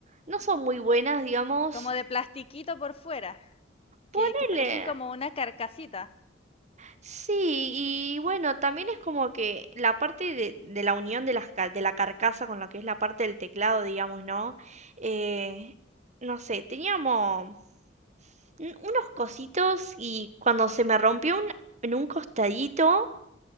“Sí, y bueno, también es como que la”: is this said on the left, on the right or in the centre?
Right